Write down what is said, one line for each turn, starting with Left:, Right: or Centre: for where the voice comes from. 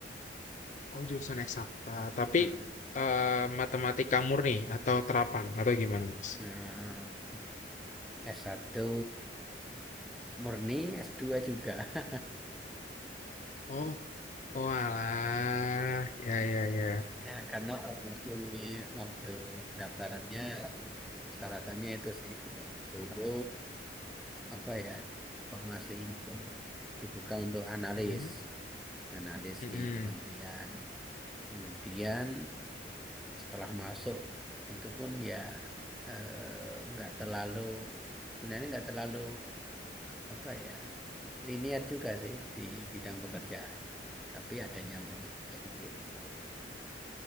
Left: Oh, jurusan eksakta, tapi
Centre: Hmm.
Left: eh, matematika murni atau terapan atau gimana, Mas?
Centre: Nah, s satu murni, s dua juga. <laughs>
Left: Oh, oh alah. Ya ya ya.
Centre: Ya, karena waktu, waktu daftarannya, persyaratannya itu sih. gitu. Dulu, apa ya, formasi dibuka untuk analis.
Left: Mm-mm,
Centre: Analis
Left: mm-mm.
Centre: di kementerian. Kemudian setelah masuk itu pun ya eh, nggak terlalu sebenarnya nggak terlalu apa ya linear juga sih di bidang pekerjaan tapi ada nyambungnya dikit